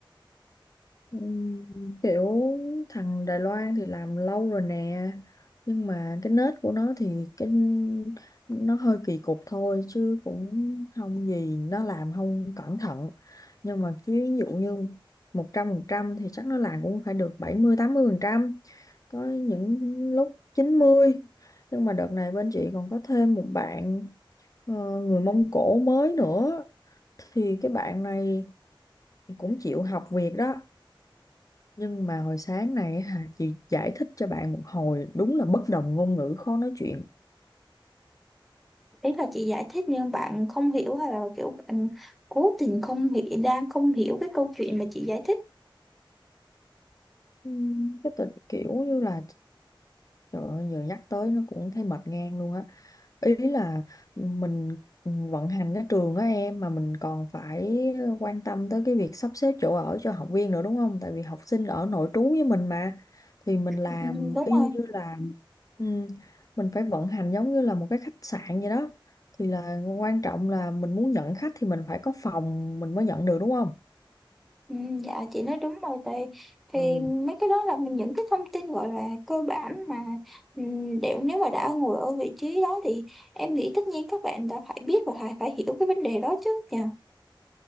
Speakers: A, on the left; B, in the centre.
A: Ừm, kiểu thằng Đài Loan thì làm lâu rồi nè nhưng mà cái nết của nó thì cái nó hơi kỳ cục thôi chứ cũng không gì nó làm không cẩn thận nhưng mà chứ ví dụ như một trăm phần trăm thì chắc nó làm cũng phải được bảy mươi tám mươi phần trăm có những lúc chín mươi nhưng mà đợt này bên chị còn có thêm một bạn ờ, người Mông Cổ mới nữa thì cái bạn này cũng chịu học việc đó nhưng mà hồi sáng này hả, chị giải thích cho bạn một hồi đúng là bất đồng ngôn ngữ khó nói chuyện.
B: Ý là chị giải thích nhưng bạn không hiểu hay là kiểu bạn cố tình không hiểu đang không hiểu cái câu chuyện mà chị giải thích
A: Ừm, Cái tình kiểu như là trời ơi, giờ nhắc tới nó cũng thấy mệt ngang luôn á. ý là mình vận hành cái trường á em mà mình còn phải quan tâm tới cái việc sắp xếp chỗ ở cho học viên nữa đúng không? Tại vì học sinh ở nội trú với mình mà thì mình làm
B: Ừ, đúng
A: y
B: không?
A: như là ừm, mình phải vận hành giống như là một cái khách sạn vậy đó. Thì là quan trọng là mình muốn nhận khách thì mình phải có phòng mình mới nhận được đúng không?
B: Ừ, dạ chị nói đúng rồi thì thì
A: Ừ.
B: mấy cái đó là mình- những cái thông tin gọi là cơ bản mà ừm, đều nếu mà đã ngồi ở vị trí đó thì em nghĩ tất nhiên các bạn đã phải biết và phải phải hiểu cái vấn đề đó chứ nhỉ